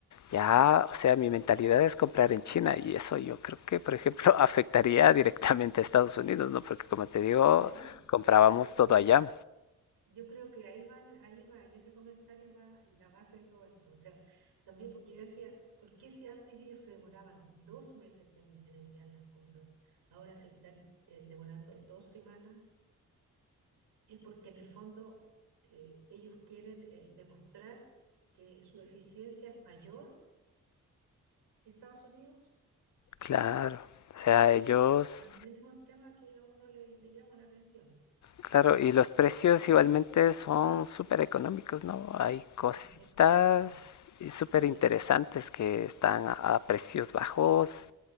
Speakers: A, on the left; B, on the right.
A: ya, o sea, mi mentalidad es comprar en China. Y eso yo creo que, por ejemplo, <laughs> afectaría directamente a Estados Unidos, ¿no? Porque como te digo,
B: claro.
A: comprábamos
B: Es
A: todo
B: que
A: allá.
B: Yo creo que ahí va, ahí va, en ese comentario va la base de todo esto. O sea, también porque yo decía, ¿por qué si antes ellos se demoraban dos meses en, en enviar las cosas, ahora se están eh, demorando dos semanas? Es porque en el fondo eh, ellos quieren eh, demostrar que su eficiencia es mayor que Estados Unidos.
A: Claro. O sea, ellos...
B: También es un tema que a uno le, le llama la atención.
A: Claro, y los precios igualmente son súper económicos, ¿no? Hay
B: Eso,
A: cositas
B: eso es también,
A: y súper
B: claro.
A: interesantes que están a, a precios bajos.